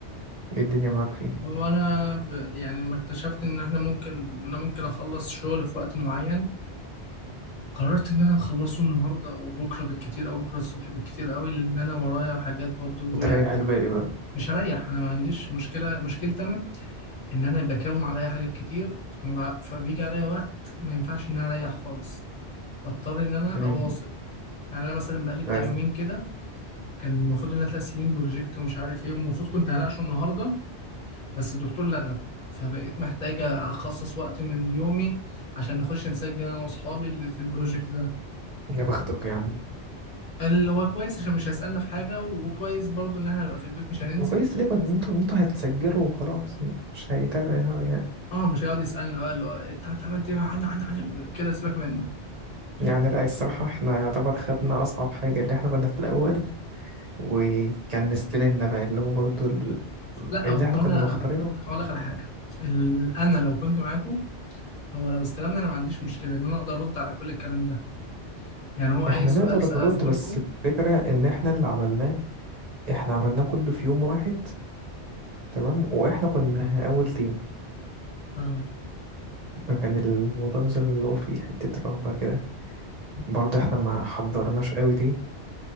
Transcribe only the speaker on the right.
إيه الدنيا معاك فيه
وتريح
الباقي بقى
مم.
أيوه
يا بختك يا عم
وكويس ليه ان انتوا ان انتوا هتسجلوا وخلاص مش هيتابع يعني
يعني لا الصراحة احنا يعتبر خدنا أصعب حاجة اللي احنا كنا في الأول وكان مستلمنا بقى اللي هو برضو ال-
اللي
احنا كنا
مختارينه
احنا
نقدر
نرد بس
الفكرة ان احنا اللي عملناه احنا عملناه كله في يوم واحد تمام واحنا كنا أول تيم
فكان الموضوع مثلا اللي هو فيه حتة رهبة كده برضو احنا ما حضرناش قوي دي